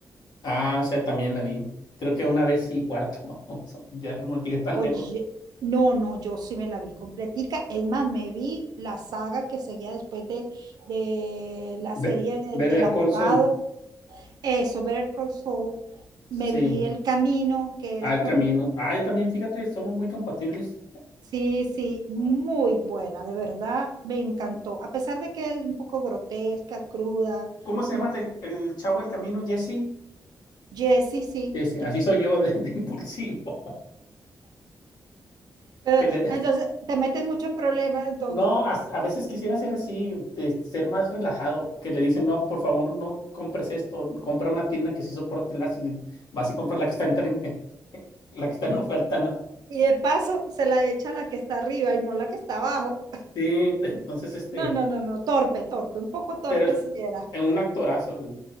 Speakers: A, on the left; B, on the right.
A: Ah, o sea, también la vi. Creo que una vez y cuarto. <laughs> Ya no llegué tan
B: Oye,
A: lejos.
B: no, no, yo sí me la vi completica. Es más, me vi la saga que seguía después de, de la
A: Ve,
B: serie de-
A: Better
B: del abogado,
A: Call Saul.
B: eso, Better Call Saul. Me
A: Sí,
B: vi El Camino, que era
A: al
B: con...
A: camino. Ah, yo también, fíjate, somos muy compatibles.
B: Sí, sí, muy buena, de verdad, me encantó. A pesar de que es un poco grotesca, cruda,
A: ¿Cómo se
B: como
A: llama el, del- el chavo del camino, Jesse?
B: Jesse, sí,
A: Sí, sí,
B: Jesse.
A: así soy yo <laughs> de, de impulsivo.
B: Pero,
A: Que le,
B: entonces, te metes mucho en problemas, entonces.
A: no, a, a veces quisiera ser así, de ser más relajado, que le dicen, no, por favor, no compres esto, compra una tienda que sí soporte el ácido, y vas y compras la que está en, trein- <laughs> la que está en oferta, ¿no?
B: Y de paso se la echa a la que está arriba y no la que está abajo.
A: Sí, <laughs> entonces, este,
B: No, no, no, no, torpe, torpe, un poco torpe
A: Pero es
B: si era.
A: es un actorazo el